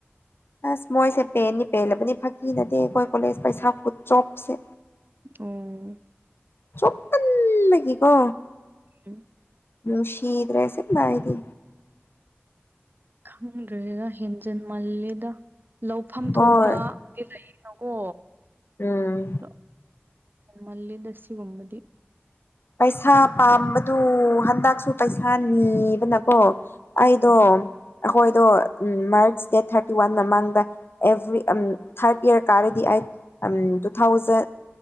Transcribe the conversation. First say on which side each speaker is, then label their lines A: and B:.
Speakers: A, on the left; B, on the right.
A: ꯑꯁ ꯃꯣꯏꯁꯦ ꯄꯦꯟꯅꯤ ꯄꯦꯜꯂꯕꯅꯤ ꯐꯥꯒꯤ ꯅꯠꯇ‌ꯦ ꯑꯩꯈꯣꯏ ꯀꯣꯂꯦꯖ ꯄꯩꯁꯥ ꯈꯨꯠ ꯆꯣꯞꯁꯦ
B: ꯑꯣ
A: ꯆꯣꯞꯃꯟ ꯕꯒꯤꯀꯣ
B: ꯎꯝ
A: ꯅꯨꯡꯁꯤꯗ꯭ꯔꯦ ꯁꯤ ꯃꯥꯥꯏꯗꯤ
B: ꯈꯪꯗ꯭ꯔꯦꯗ ꯍꯦꯟꯖꯟ ꯃꯥꯜꯂꯦꯗ ꯂꯧ ꯐꯝ
A: ꯍꯣꯏ
B: ꯊꯣꯛꯄꯗꯤ ꯂꯩꯅꯣꯀꯣ
A: ꯎꯝ
B: ꯑ ꯍꯦꯟꯃꯜꯂꯤꯗꯁꯤꯒꯃꯗꯤ
A: ꯄꯩꯁꯥ ꯄꯥꯝꯕꯗꯨ ꯍꯟꯗꯛꯁꯨ ꯄꯩꯁꯥ ꯅꯤꯕꯅꯀꯣ ꯑꯩꯗꯣ
B: ꯎꯝ
A: ꯑꯩꯈꯣꯏꯗꯣ ꯃꯥꯔꯆ ꯗꯦꯠ ꯊꯥꯔꯇꯤ ꯋꯥꯟ ꯃꯃꯥꯡꯗ ꯑꯦꯚ꯭ꯔꯤ ꯊꯥꯔꯠ ꯏꯌꯥꯔ ꯀꯥꯔꯗꯤ ꯑꯩꯠ ꯇꯨ ꯊꯥꯎꯖꯟ